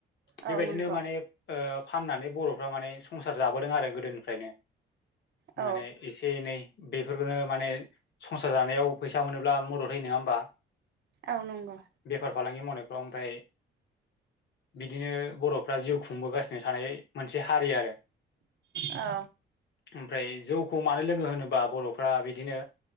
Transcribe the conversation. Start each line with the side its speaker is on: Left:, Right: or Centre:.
Right: औ
Left: बेबायदिनो
Right: नंगौ
Left: माने फाननानै बर'फ्रा माने संसार जाबोदों आरो गोदोनिफ्रायनो
Right: औ
Left: माने एसे एनै बेफोरखौनो माने संसार जानायाव फैसा मोनोब्ला मदद होयो नंङा होमबा
Right: औ नंगौ
Left: बेफार फालांगि मावनायफ्राव ओमफाय बिदिनो बर'फ्रा जिउ खुंबोगासिनो थानाय मोनसे हारि आरो
Right: औ
Left: ओमफ्राय जौखौ मानो लोंङो होनोबा बर'फ्रा बिदि बिदिनो